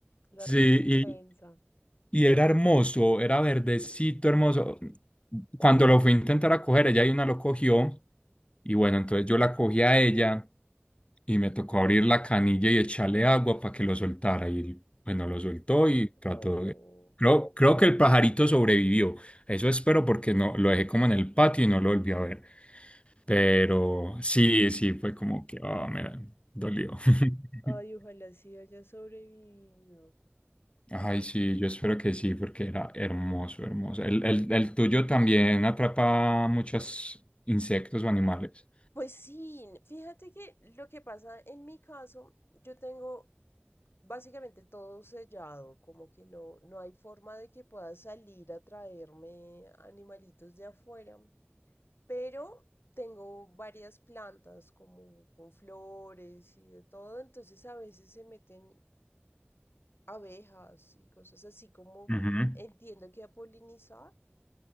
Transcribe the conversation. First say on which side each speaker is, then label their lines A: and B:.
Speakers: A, on the left (about 65°); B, on the left (about 30°).
A: la
B: sí,
A: recompensa.
B: Y era hermoso, era verdecito, hermoso. Cuando lo fui a intentar a coger, ella y una lo cogió. Y bueno, entonces yo la cogí a ella y me tocó abrir la canilla y echarle agua para que lo soltara. Y bueno, lo soltó y
A: No.
B: trató de... Creo, creo que el pajarito sobrevivió. Eso espero porque no lo dejé como en el patio y no lo volví a ver. Pero sí, sí, fue como que, ah, me dolió. <laughs>
A: Ay, ojalá sí haya sobrevivido.
B: Ay, sí, yo espero que sí, porque era hermoso, hermoso. ¿El, el, el tuyo también atrapa muchos insectos o animales?
A: Pues sí, fíjate que lo que pasa en mi caso, yo tengo básicamente todo sellado, como que no, no hay forma de que pueda salir a traerme animalitos de afuera, pero tengo varias plantas como con flores y de todo, entonces a veces se meten abejas y cosas así como
B: Ujú,
A: entiendo que a polinizar